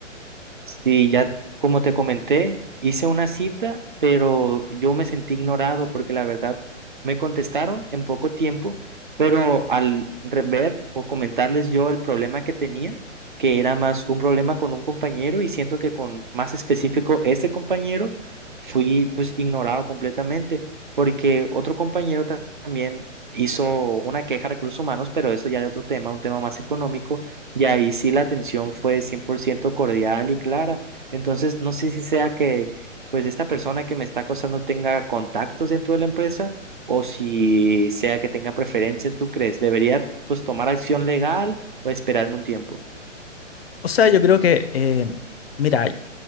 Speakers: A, on the right; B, on the left.
A: Sí, ya como te comenté, hice una cita, pero yo me sentí ignorado porque la verdad me contestaron en poco tiempo, pero al re- ver o comentarles yo el problema que tenía, que era más un problema con un compañero y siento que con más específico este compañero, fui pues ignorado completamente porque otro compañero ta- también hizo una queja a recursos humanos, pero eso ya de otro tema, un tema más económico y ahí sí la atención fue 100% cordial y clara. Entonces, no sé si sea que pues esta persona que me está acosando tenga contactos dentro de la empresa o si sea que tenga preferencias, ¿tú crees? ¿Debería pues tomar acción legal o esperarme un tiempo?
B: O sea, yo creo que, eh, mira,